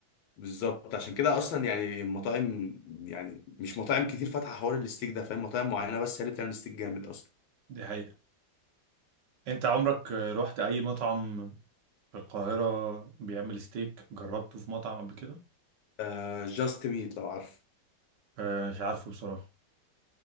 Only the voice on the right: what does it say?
دي حقيقه انت عمرك آه، رحت اي مطعم في القاهرة بيعمل ستيك جربته في مطعم قبل كده
آه مش عارفه بصراحة